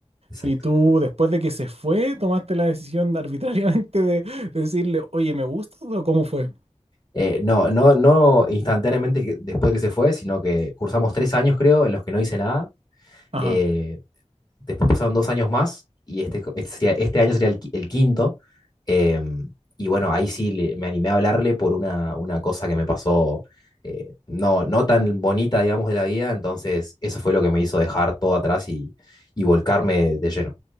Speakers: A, on the left; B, on the right.
A: exacto.
B: Y tú, después de que se fue, tomaste la decisión de arbitrariamente de, de decirle, oye, ¿me gusta? o cómo fue?
A: Eh, no, no, no instantáneamente que- después de que se fue, sino que cursamos tres años, creo, en los que no hice nada.
B: Ajá.
A: eh, Después pasaron dos años más y este, este, sería- este año sería el, el quinto. eh, y bueno, ahí sí le- me animé a hablarle por una, una cosa que me pasó eh, no, no tan bonita, digamos, de la vida. Entonces, eso fue lo que me hizo dejar todo atrás y, y volcarme de lleno.